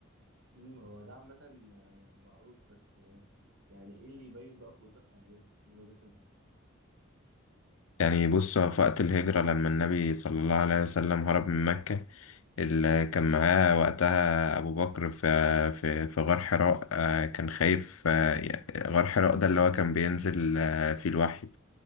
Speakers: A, on the right; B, on the left.
A: امم هو ده عامه آه، معروف بس آه، يعني ايه اللي يبين بقى قوته الحقيقيه من وجهة نظرك
B: يعني بص في وقت الهجرة لما النبي صلى الله عليه وسلم هرب من مكة
A: أوكي.
B: اللي كان معاه وقتها أبو بكر في في في غار حراء آه، كان خايف آه، ي- غار حراء ده اللي هو كان بينزل آه، فيه الوحي